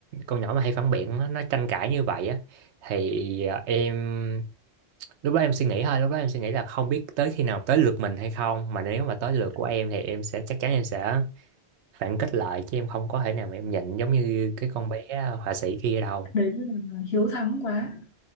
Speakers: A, on the right (about 85°); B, on the left (about 75°).
A: con nhỏ mà hay phản biện á, nó tranh cãi như vậy á thì ờ, em lúc đó em suy nghĩ thôi lúc đó em suy nghĩ là không biết tới khi nào tới lượt mình hay không mà nếu mà tới lượt của em thì em sẽ chắc chắn em sẽ phản kích lại chứ em không có thể nào mà em nhịn giống như cái con bé ờ, họa sĩ kia đâu
B: đấy là hiếu thắng quá